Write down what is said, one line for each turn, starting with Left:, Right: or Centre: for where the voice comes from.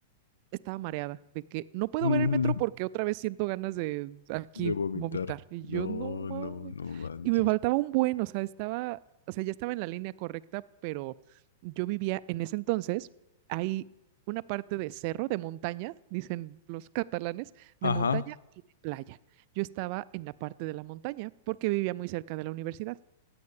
Right: estaba mareada, de que no puedo
Left: Mm,
Right: ver el metro porque otra vez siento ganas de aquí
Left: De vomitar.
Right: vomitar. Y
Left: No,
Right: yo no mames.
Left: no, no manches.
Right: Y me faltaba un buen, o sea, estaba, o sea, ya estaba en la línea correcta, pero yo vivía en ese entonces, hay una parte de cerro, de montaña, dicen los catalanes, de
Left: <clears throat> Ajá.
Right: montaña y de playa. Yo estaba en la parte de la montaña porque vivía muy cerca de la universidad.